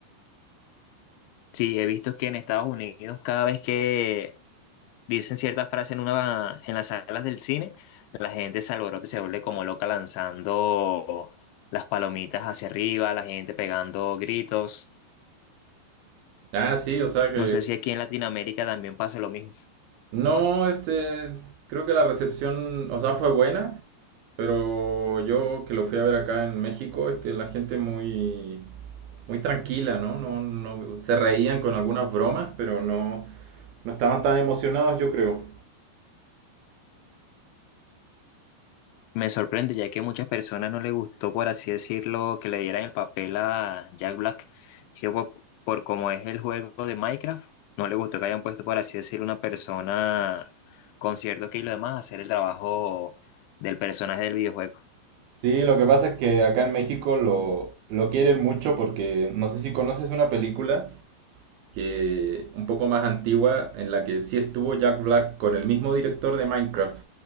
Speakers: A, on the left (about 80°); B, on the right (about 70°).
A: Sí, he visto que en Estados Unidos cada vez que dicen cierta frase en una en las salas del cine, la gente se alborota y se vuelve como loca lanzando las palomitas hacia arriba, la gente pegando gritos.
B: Ah, sí, o sea que
A: No sé si aquí en Latinoamérica también pasa lo mismo.
B: no, este, creo que la recepción, o sea, fue buena, Pero yo que lo fui a ver acá en México, este, la gente muy, muy tranquila, ¿no? No, no, se reían con algunas bromas, pero no, no estaban tan emocionados, yo creo.
A: Me sorprende ya que a muchas personas no les gustó, por así decirlo, que le dieran el papel a Jack Black. Yo, por, por como es el juego de Minecraft, no le gustó que hayan puesto, por así decirlo, una persona con cierto que y lo demás a hacer el trabajo del personaje del videojuego.
B: Sí, lo que pasa es que acá en México lo, lo quieren mucho porque no sé si conoces una película Que un poco más antigua, en la que sí estuvo Jack Black con el mismo director de Minecraft,